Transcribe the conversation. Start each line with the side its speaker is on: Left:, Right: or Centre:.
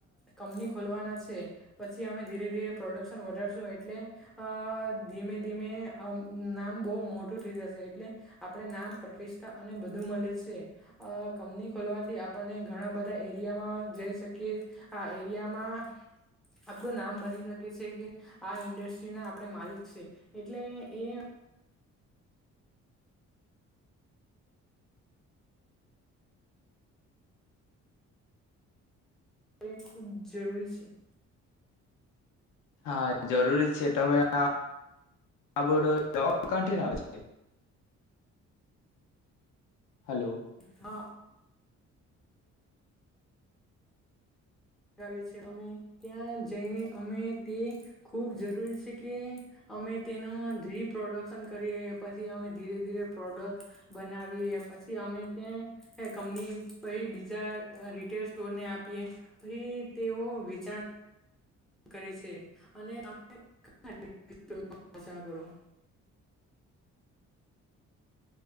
Centre: કંપની ખોલવાના છે પ છી અમે ધીરે ધીરે પ્રોડક્શન વધારશું એટલે અ ધીમે ધીમે અમ નામ બો બો મોટું થેય જશે એટલે આપરે નામ, પ્રતિષ્ઠા અને બધું મલે છે. અ કંપની ખોલ વાથી આપણને ઘણાં બધાં એરિયામાં જઈ શકીએ આ એરિયામાં આપરું નામ બની શકે છેકે આ ઇન્ડસ્ટ્રીના આપડે માલિક છે એટલે એ એ ખૂબ જરૂરી છે.
Left: હા, જરૂરી જ છે તમે આ આ બધો <unintelligible> કાથી લાવે છે? હલો
Centre: હ. લાવીએ છે અમે ત્યાં જઈને અમે તે ખૂબ જરૂરી છે કે અમે તેનું રીપ્રોડક્શન કરીએ, પછી અમે ધીરે ધીરે પ્રોડક્ટ બનાવીએ. પછી અમે તે કંપની પહી બીજા રિટેલ સ્ટોરને આપીએ પહી તેઓ વેચાણ કરે છે, અને <unintelligible> કરો